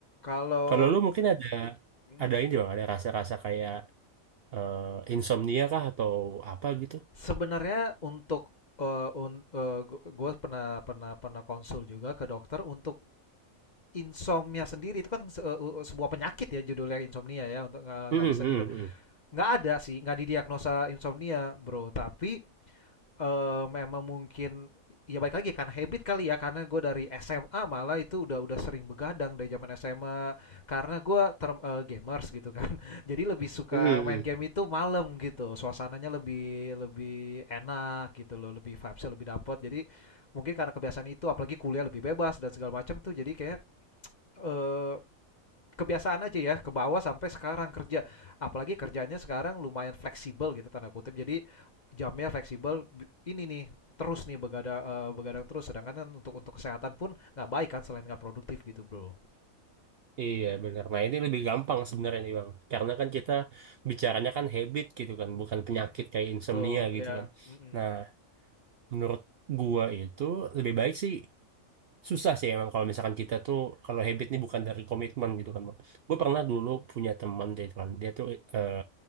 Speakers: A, on the left; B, on the right.
A: Kalau
B: kalau lu mungkin ada
A: Mhm,
B: ada ini
A: gimana?
B: bang ada rasa-rasa kayak eh, insomnia kah atau apa gitu
A: Sebenarnya untuk eee, un eee, gu gue pernah pernah pernah konsul juga ke dokter untuk insomnia sendiri itu kan se eee, sebuah penyakit ya judulnya insomnia ya untuk nggak
B: Hmm,
A: nggak bisa
B: hmm,
A: tidur.
B: hmm.
A: Nggak ada sih, nggak didiagnosa insomnia, Bro, tapi eh memang mungkin ya baik lagi kan habit kali ya karena gue dari SMA malah itu udah udah sering begadang dari zaman SMA karena gue term eh, gamers gitu kan <laughs> jadi lebih suka
B: Hmm,
A: main
B: hmm.
A: game itu malam gitu suasananya lebih lebih enak gitu loh lebih vibesnya lebih dapet jadi mungkin karena kebiasaan itu apalagi kuliah lebih bebas dan segala macam tuh jadi kayak eh kebiasaan aja ya ke bawah sampai sekarang kerja apalagi kerjanya sekarang lumayan fleksibel gitu tanda kutip jadi jamnya fleksibel ini nih terus nih begadang uh, begadang terus sedangkan kan untuk untuk kesehatan pun nggak baik kan selain nggak produktif gitu bro
B: Iya benar. Nah ini lebih gampang sebenarnya nih Bang. Karena kan kita bicaranya kan habit gitu kan, bukan penyakit kayak insomnia
A: betul
B: gitu
A: ya
B: kan.
A: Mm-mm.
B: Nah menurut gua itu lebih baik sih susah sih emang kalau misalkan kita tuh kalau habit ini bukan dari komitmen gitu kan bang. Gue
A: Mm-mm.
B: pernah dulu punya teman gitu kan dia tuh eh,